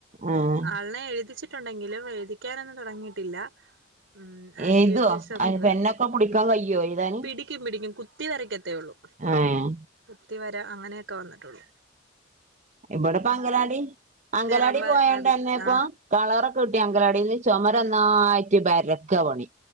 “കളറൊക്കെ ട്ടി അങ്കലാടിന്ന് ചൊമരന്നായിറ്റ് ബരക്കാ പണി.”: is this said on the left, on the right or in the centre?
Right